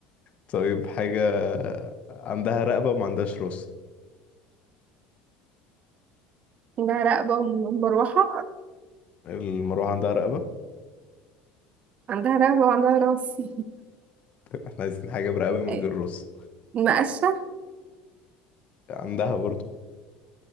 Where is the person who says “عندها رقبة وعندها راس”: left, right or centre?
Right